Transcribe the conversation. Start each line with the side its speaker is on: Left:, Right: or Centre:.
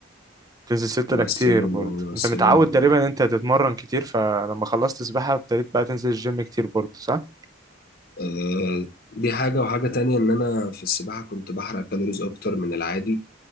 Right: بتنزل ستة
Left: مع
Right: ده
Left: السيمون
Right: كتير برضه
Left: مع السيمون
Right: انت متعود تقريبا ان انت تتمرن كتير فلما خلصت سباحه ابتديت بقى تنزل الجيم كتير برضه صح
Left: آه دي حاجة وحاجة تانية إن أنا في السباحة كنت بحرق كالوريز أكتر من العادي